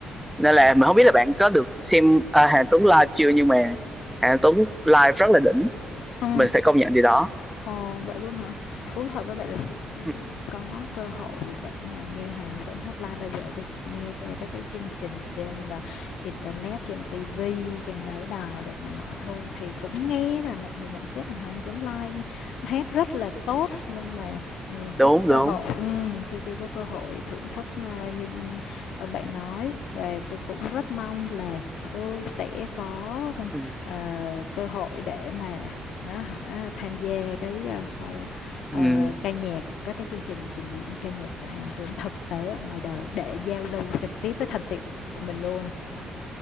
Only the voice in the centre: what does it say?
nên là mình không biết là bạn có được xem à, Hoàng Anh Tuấn live chưa nhưng mà Hoàng Anh Tuấn live rất là đỉnh
mình phải công nhận điều đó
Ừ,
đúng
đúng
ừ.
Ừ.